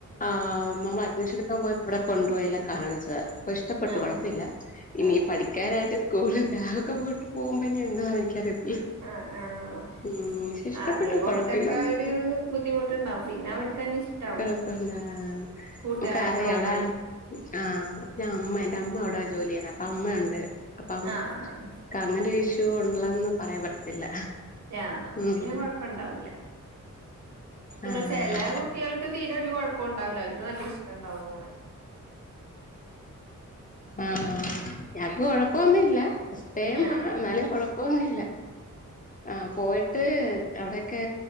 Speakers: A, on the left (about 25°); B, on the right (about 60°).
A: ആഹ് നമ്മള് അഡ്മിഷൻ ഇടുക്കാൻ പോയപ്പോ ഇവിടെ കൊണ്ടുപോയി എല്ലാം കാണിച്ചത ഇപ്പ ഇഷ്ടപ്പെട്ടു
B: ആഹ്
A: കുഴപ്പമില്ല
B: ആഹ്
A: ഇനി
B: ആഹ്
A: പഠിക്കാനായിട്ട് സ്കൂള് ബാഗൊക്കെ കൊണ്ട് പോകുമ്പോന്നി എന്താ എനിക്കറിയത്തില്ല
B: ആഹ് ആഹ്
A: ഉം പക്ഷെ ഇഷ്ടപ്പെട്ടു
B: ആദ്യം കുറച്ചൊക്കെ
A: കൊഴപ്പയില്ലന്ന്
B: ഒരു ബുദ്ധിമുട്ടുണ്ടാവും പിന്നെ അവർക്ക്ന്നെ ഇഷ്ടാവും
A: കൊഴപ്പല്ല
B: കൂട്ടുകാരൊക്കെ
A: നമുക്ക് അറിയാം
B: ആകുമ്പോഴേ
A: അവിടെ ആഹ് ഞാ അമ്മഉണ്ട്. എന്റെ അമ്മ എവിടാ ജോലി ചെയ്യുന്നത്. അപ്പൊ അമ്മയുണ്ട്. അപ്പഅമ്
B: ആഹ് ആഹ്
A: ക്ക് അങ്ങനെ ഒരു ഇഷ്യൂ ഉള്ളന്ന് പറയാൻ പറ്റത്തില്ല.
B: യ്യാ അപ്പൊ
A: ഉം
B: പിന്നെ കൊഴപ്പണ്ടാവൂല പിന്നെ
A: ആഹ്
B: ചിലെ കുട്ടികൾക്ക് തീരെ ഒരു കുഴപ്പം ഉണ്ടാവുല്ല. ഓർക്ക് നല്ല ഇഷ്ടണ്ടാവും പോകവാൻ.
A: ആഹ് ഞാക്ക് കൊഴപ്പം ഒന്നുംഇല്ല ഫസ്റ്റ് ടൈമ്മ
B: ആഹ്
A: എന്നാലുംകോഴ പോന്നില്ല ആഹ് പോയിട്ട് അവിടെക്കെ